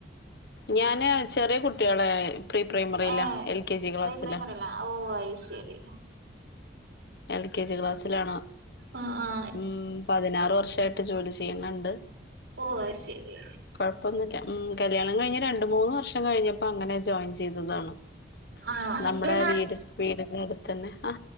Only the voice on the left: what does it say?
ഞാന് ചെറിയ കുട്ടികളെ പ്രീ പ്രൈമറിയിലാ
എൽ കെ ജി ക്ലാസ്സിലാ
എൽ കെ ജി ക്ലാസ്സിലാണ്
ഉം പതിനാറ് വർഷായിട്ട് ജോലി ചെയ്യണണ്ട്
കുഴപ്പൊന്നില്ല ഉം കല്യാണം കഴിഞ്ഞോ രണ്ട് മൂന്ന് വർഷം കഴിഞ്ഞപ്പോ അങ്ങനെ ജോയിൻ ചെയ്തതാണ്.
<unintelligible>
വീട് വീടിന്റെ അടുത്ത് തന്നെ ആ